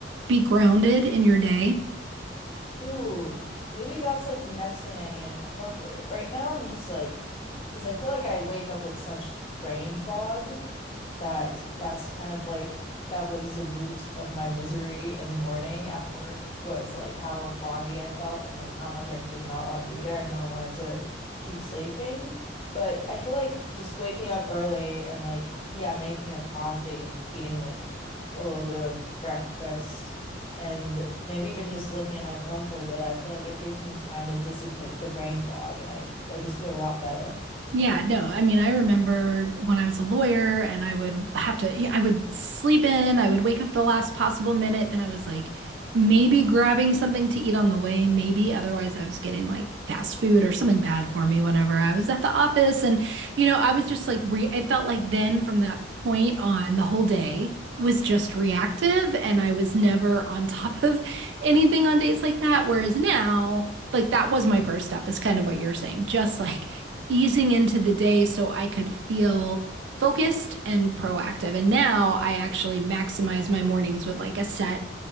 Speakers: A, on the right (about 75°); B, on the left (about 30°).
A: be grounded in your day?
B: Ooh, maybe that's like the next thing I need to incorporate. Right now, I'm just like, because I feel like I wake up with such brain fog that that's kind of like that was the root of my misery in the morning at work was like how foggy I felt and like how much I did not want to be there and how I wanted to keep sleeping. But I feel like just waking up early and like, yeah, making a coffee, eating like a little bit of breakfast and maybe even just looking at my phone for a bit, I feel like it gives me time to dissipate the brain fog and I, I just feel a lot better.
A: Yeah, no. I mean, I remember when I was a lawyer and I would have to, yeah, I would sleep in, I would wake up the last possible minute. Then I was like maybe grabbing something to eat on the way, maybe. Otherwise, I was getting like fast food or something bad for me whenever I was at the office. And, you know, I was just like, re I felt like then from that point on, the whole day was just reactive and I was never on top of anything on days like that. Whereas now, like that was my first step, is kind of what you're saying. Just like, easing into the day so I could feel focused and proactive. And now I actually maximize my mornings with like a set